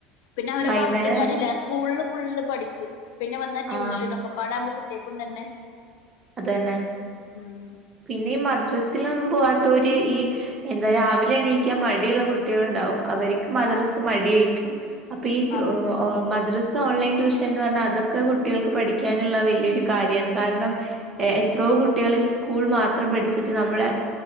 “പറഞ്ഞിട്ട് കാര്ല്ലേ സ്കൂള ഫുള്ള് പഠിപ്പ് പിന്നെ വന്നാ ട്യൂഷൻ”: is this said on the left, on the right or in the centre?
Left